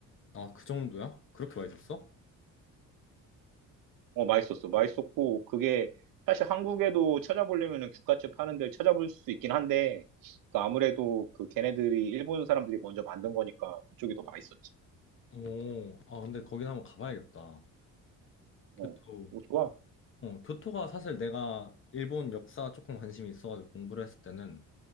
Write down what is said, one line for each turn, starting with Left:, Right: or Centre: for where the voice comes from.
Left: 아, 그 정도야? 그렇게 와 있었어?
Right: 어, 맛있었어. 맛있었고, 그게, 사실 한국에도 찾아보려면은 규카츠 파는 데를 찾아볼 수 있긴 한데, 그 아무래도 그 걔네들이 일본 사람들이 먼저 만든 거니까 그쪽이 더 맛있었지.
Left: 오. 아, 근데 거긴 한번 가봐야겠다.
Right: 어,
Left: 교토.
Right: 오, 좋아.
Left: 어, 교토가 사실 내가 일본 역사 조금 관심이 있어가지고 공부를 했을 때는